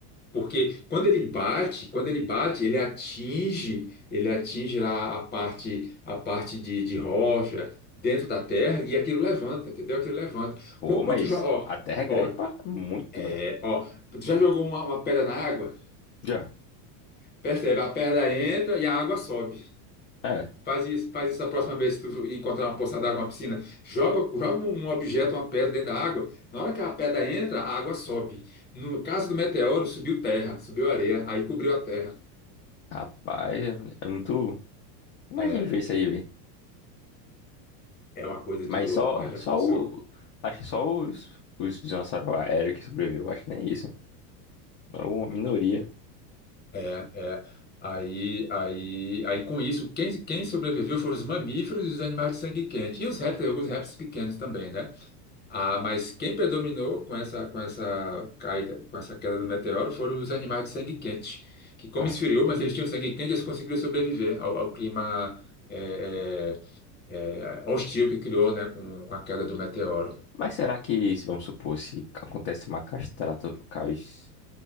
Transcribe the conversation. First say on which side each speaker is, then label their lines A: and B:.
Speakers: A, on the left (about 20°); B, on the left (about 35°).
A: porque quando ele bate, quando ele bate, ele atinge, ele atinge lá a parte, a parte de, de rocha dentro da terra e aquilo levanta, entendeu? Aquilo levanta.
B: Pô,
A: Qu-
B: mas
A: Quanto, jo- ó,
B: a Terra é grande
A: ó,
B: pra muito,
A: é,
B: velho.
A: ó, tu já jogou uma uma pedra na água?
B: Já.
A: Percebe? A perna entra e a água sobe.
B: É,
A: Faz isso, faz isso da próxima vez que tu encontrar uma poça d'água, uma piscina. Joga, joga um um objeto, uma pedra dentro da água. Na hora que a pedra entra, a água sobe. No caso do meteoro, subiu terra, subiu areia, aí cobriu a terra.
B: rapaz, é, é muito. Imagine
A: É,
B: ver isso aí, velho.
A: é uma coisa de
B: Mas
A: louco,
B: só,
A: né? Já
B: só
A: pensou?
B: o. Acho que só os, os dinossauros aéreos que sobreviveu. Acho que nem isso. É uma minoria.
A: É, é. Aí, aí, aí com isso, quem, quem sobreviveu foram os mamíferos e os animais de sangue quente. E os répteis, alguns répteis pequenos também, né? Ah, mas quem predominou com essa, com essa caída, com essa queda do meteoro foram os animais de sangue quente, que como
B: É.
A: esfriou, mas eles tinham sangue quente, eles conseguiram sobreviver ao, ao clima eh, eh, eh, hostil que criou, né, com, com a queda do meteoro,
B: Mas será que, se vamos supor, se acontece uma castrato, cas-